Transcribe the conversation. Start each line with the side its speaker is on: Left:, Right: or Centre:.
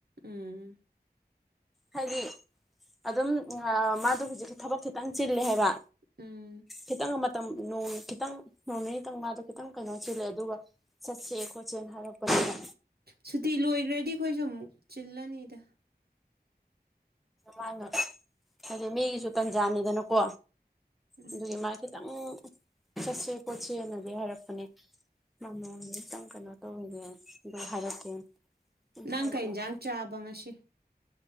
Right: ꯎꯝ
Centre: ꯍꯥꯏꯗꯤ ꯑꯗꯨꯝ ꯃꯥꯗꯣ ꯍꯧꯖꯤꯛ ꯊꯕꯛ ꯈꯤꯇꯪ ꯆꯤꯂꯦ ꯍꯥꯏꯕ
Right: ꯎꯝ
Centre: ꯈꯤꯇꯪ ꯃ ꯈꯤꯇꯪ ꯅꯣꯡ ꯅꯤꯅꯤꯇꯪ ꯃꯥꯗꯣ ꯈꯤꯇꯪ ꯀꯩꯅꯣ ꯆꯤꯜꯂꯦ ꯑꯗꯨꯒ ꯆꯠꯁꯦ ꯈꯣꯠꯁꯦꯅ ꯍꯥꯏꯔꯛꯄꯁꯤꯅ
Right: ꯁꯨꯇꯤ ꯂꯣꯏꯈ꯭ꯔꯗꯤ ꯑꯩꯈꯣꯏꯁꯨ ꯑꯃꯨꯛ ꯆꯤꯜꯂꯅꯤꯗ
Centre: ꯃꯥꯡꯉ ꯍꯥꯏꯗꯤ ꯃꯤꯒꯤꯁꯨ ꯇꯟꯖꯥꯅꯤꯗꯅꯀꯣ
Right: ꯎꯝ
Centre: ꯑꯗꯨꯒꯤ ꯃꯥ ꯈꯤꯇꯪ ꯆꯠꯁꯦ ꯈꯣꯠꯁꯦꯅꯗꯤ ꯍꯥꯏꯔꯛꯄꯅꯦ ꯃꯃꯣ ꯑꯃꯇꯪ ꯀꯩꯅꯣ ꯇꯧꯔꯒꯦ ꯑꯗꯣ ꯍꯥꯏꯔꯛꯀꯦ
Right: ꯅꯪ
Centre: ꯍꯥꯏꯔꯛꯑꯣ
Right: ꯀꯟꯖꯥꯡ
Centre: ꯍꯥꯏ
Right: ꯆꯥꯕ ꯉꯁꯤ